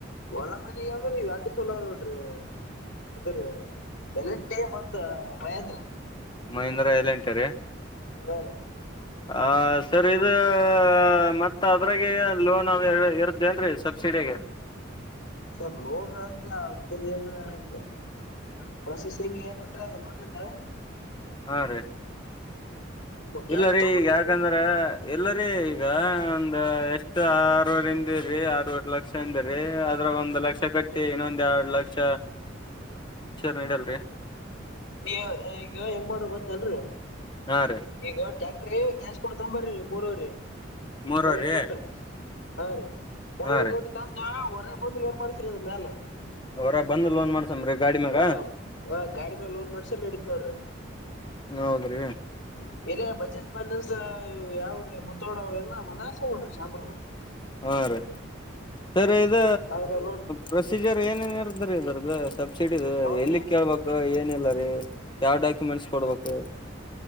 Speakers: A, on the left; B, on the left.
A: ಒಲ ಮನ ಅಂದ್ರಿ ಅಡ್ಡ ತೋಲಾ ನೋಡ್ರಿ ಇದರಿ ಎಲ್ ಅಂಡ್ ಟಿ ಮತ್ತೆ Mahindra
B: Mahindra L and T ರೀ
A: ಹಾ ರೀ
B: ಆ ಸರ್ ಇದು ಮತ್ತ ಅದ್ರಾಗೆ ಲೋನ್ ಇರುತ್ತೆ ಏನ್ರಿ ಸಬ್ಸಿಡಿ ಸರಿ
A: ಸರ್ ಲೋನ್ ಅಂತ ಅಂತ ಏಲ್ಲ ಆ ಬಸುತ್ ಸಿಂಗ್ ಏನಲ್ರರಿ ಅದ ಲೋನಿಂದ
B: ಹಾ ರೀ
A: ಕ್ಯಾಶ್
B: ಇಲ್ಲಾರಿ
A: ತಗೊಂಬಿಡ್ರಲ್ರಿ
B: ಈಗ ಯಾಕಂದ್ರೆ ಇಲ್ಲ ರೀ ಈಗ ಒಂದ ಎಷ್ಟ ಆರೂವರೆಂದಾರಿ ಆರು ಲಕ್ಷ ಅಂದ್ರೀ ಅದ ಅದರ ಒಂದು ಲಕ್ಷ ಕಟ್ಟಿ ಇನ್ನೊಂದ ಲಕ್ಷ ಮೇಲೆ ಎಂಟ್ರಿ
A: ನೀ ಈಗ ಹೆಂಗ್ ಮಾಡ್ರಿ ಗೊತ್ತೇನ್ರೀ
B: ಹಾ ರೀ
A: ಈಗ ಟ್ಯಾಕ್ಟರ್ ಕ್ಲಾಸ್ ಕೊಡ್ತಾರೆ ಮೂರುವರೆ
B: ಮೂರವ್ರಿ
A: ಮೂರುವರೆ ಕೊಟ್ಟು ಹಾ ರೀ ಮೂರುವರೆ
B: ಹಾ ರೀ
A: ಕೊಟ್ ತಂದು ಹೊರಗೆ ಲೋನ್ ಮಾಲ್ ಮಾಡುಶ್ರೀ ಅದರ ಮೇಲೆ
B: ಹೊರ ಬಂದ್ ಲೋನ್ ಮಾಡ್ಸಮ್ರಿ ಗಾಡಿ ಮ್ಯಾಗ
A: ಹ ಹ ಗಾಡಿ ಮ್ಯ ಲೋನ್ ಮಾಡ್ಸರಿ ನಡಿತದೆ ನೋಡ್ರಿ
B: ಹೌದ್ರೀ
A: ಇಲ್ಲ ಬಜಾಜ್ ಫೈನಾನ್ಸ್ ಯಾವುವು ಮುತ್ತೋಡ ಫೈನಾನ್ಸ್ ಎಲ್ಲ ಹಗೊಂಡ್ರಿ ಶಾಪ್ರ
B: ಹಾ ರೀ ಸರಿ ಇದ
A: ಅದ್ರ ಲೋನ್
B: ಪ್ರೊಸೀಜರ್ ಏನೇನ್ ಇರುತ್ತೆ ಇದರ ಅಲ್ಲ ಸಬ್ಸಿಡಿ
A: ಯಾವ್ದ್ರಿ
B: ಎಲ್ಲಿ ಕೇಳಬೇಕು ಏನಿಲ್ಲ ರೀ ಯಾವ್ ಡಾಕ್ಯುಮೆಂಟ್ಸ್ ಕೊಡ್ಬೇಕು